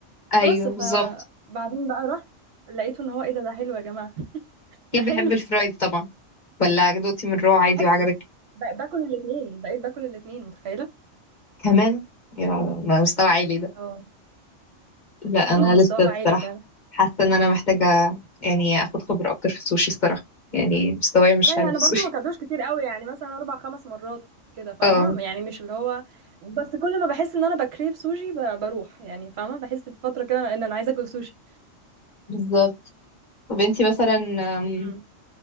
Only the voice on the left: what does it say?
ايوه
بالظبط
اكيد
بحب الفرايد طبعا ولا دقتي من رو عادي
وعجبك
كمان يا مستوى عالي ده
لا انا
لسه
الصراحه
حاسه ان انا محتاجه يعني اخد خبره اكتر في السوشي الصراحه يعني مستواي مش
حلو
في السوشي
<laughs>
اه
بالظبط طب انتي مثلا أم،